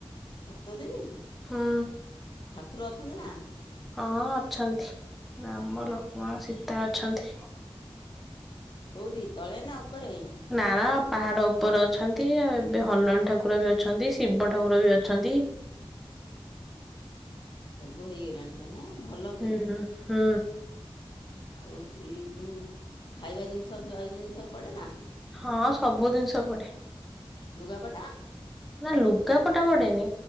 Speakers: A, on the left; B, in the centre.
A: ସାତଦିନି!
B: ହୁଁ
A: ଠାକୁର ଅଛନ୍ତି ନା?
B: ହଁ ଅଛନ୍ତି ରାମ ଲକ୍ଷ୍ମଣ ସୀତା ଅଛନ୍ତି।
A: କଉଠି ତଳେ ନା ଉପରେ?
B: ନା ନା ପାହାଡ ଉପରେ ଅଛନ୍ତି ଆଉ ଏବେ ହନୁମାନ ଠାକୁର ବି ଅଛନ୍ତି ଶିବ ଠାକୁର ବି ଅଛନ୍ତି।
A: ସବୁ ହେଇଗଲାଣି ତାନେ? ଭଲ ହୁଏ?
B: ହୁଁ ହୁଁ।
A: ଆଉ ଏଇ ଯଉଁ ଖାଇବା ଜିନିଷ ଫାଇଆ ଜିନିଷ ପଡ଼େ ନା?
B: ହଁ ସବୁ ଜିନିଷ ପଡେ।
A: ଲୁଗାପଟା?
B: ନା ଲୁଗାପଟା ପଡ଼େନି